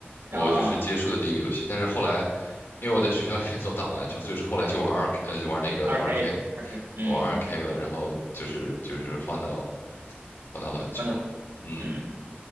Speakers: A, on the left; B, on the right.
A: 我就是接触的第一个游戏，
B: 嗯啊，
A: 但是后来，因为我在学校里面 <laughs> 总打篮球，所以说后来就玩二 K，呃，就玩那个二
B: 二 K
A: K，
B: 二 K，嗯，
A: 玩二 K 了，然后就是就是换到换到篮球了，
B: 完了
A: 嗯，
B: 嗯，